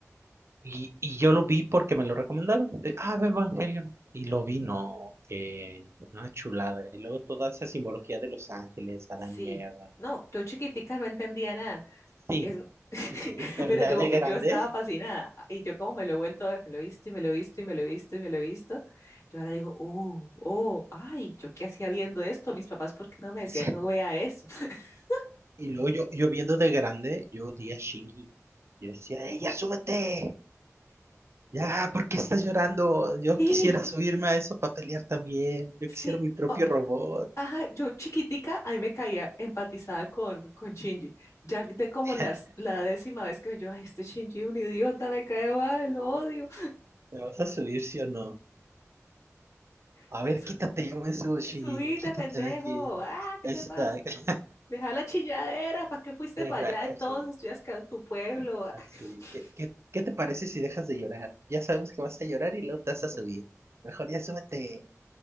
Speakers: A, on the right; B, on the left.
A: Y, y yo lo vi porque me lo recomendaron. de, ah, ve Evangelion. Y lo vi, no, que una chulada. Y luego toda esa simbología de Los Ángeles, Adán
B: Sí.
A: y Eva.
B: No, yo chiquitica no entendía nada.
A: Sí,
B: Es, <laughs>
A: sí, sí, sí, pero
B: pero
A: ya
B: yo,
A: de grande.
B: yo estaba fascinada y yo como me lo he vuelto a ver, me lo he visto y me lo he visto y me lo he visto y me lo he visto, yo ahora digo, oh, oh, ay, ¿yo qué hacía viendo esto? Mis papás, ¿por qué no me decían
A: sí.
B: no vea eso? <laughs>
A: Y luego yo, yo viendo de grande, yo odié a Shinji. yo decía, ¡eh, ya súbete! Ya, ¿por qué estás llorando? Yo
B: Sí,
A: quisiera subirme a eso para pelear también. Yo
B: sí,
A: quisiera mi propio
B: oh,
A: robot.
B: ajá, yo chiquitica, a mí me caía empatizada con, con Shinji, ya de como
A: <laughs>
B: las, la décima vez que yo, ay, este Shinji es un idiota, me cae mal, lo odio,
A: ¿Te vas a subir, sí o no? A
B: <laughs>
A: ver,
B: su,
A: quítate, yo me subo, Shinji.
B: subite,
A: Quítate
B: pendejo,
A: de aquí.
B: ah, ¿qué
A: Exacto.
B: te pasa? Deja la chilladera, ¿para qué fuiste
A: Deja,
B: para allá de
A: así,
B: todos? Estudias que en tu pueblo.
A: así.
B: <laughs>
A: ¿Qué, qué, qué te parece si dejas de llorar? Ya sabemos que vas a llorar y luego te vas a subir. Mejor ya súbete.